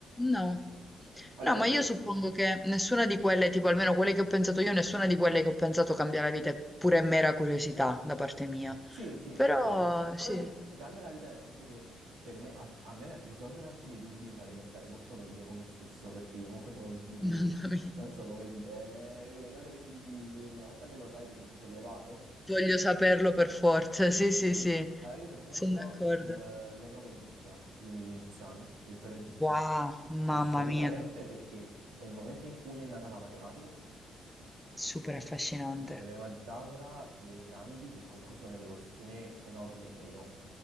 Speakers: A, in the centre; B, on the right (about 85°).
A: No.
B: Allora,
A: No,
B: io
A: ma
B: se-
A: io suppongo che nessuna di quelle, tipo almeno quelle che ho pensato io, nessuna di quelle che ho pensato cambia la vita, è pure mera curiosità da parte mia.
B: Sì, sì,
A: Però
B: vero.
A: sì,
B: Però ti,
A: <laughs>
B: ti cambia la vita nel senso che per me, alc- a me risolvere alcuni dubbi mi farebbe stare molto meglio con me stesso, perché comunque sono dubbi che,
A: mamma mia,
B: non so come dire, eh, quelle cose che tu dici una volta che lo sai ti senti sollevato.
A: voglio saperlo per forza, sì, sì,
B: Sì,
A: sì,
B: allora io per esempio
A: sono d'accordo.
B: l- l'epoca egizia, quindi gli egiziani, l'impero egizio,
A: Wow, mamma
B: assolutamente
A: mia,
B: perché è il momento in cui è nata la matematica,
A: super affascinante,
B: il teorema di Pitagora, le piramidi, che comunque sono delle costruzioni enormi e io